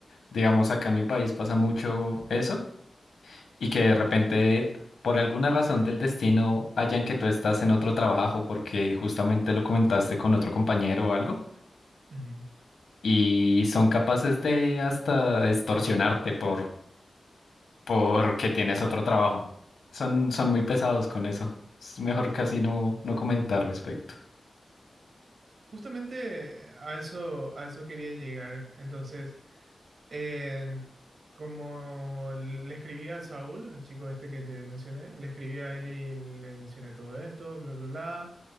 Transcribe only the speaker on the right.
Ujú.
Justamente a eso, a eso quería llegar. Entonces, Eh, como le escribí a Saúl, el chico este que te mencioné, le escribí a él y le mencioné todo esto, bla, bla, bla.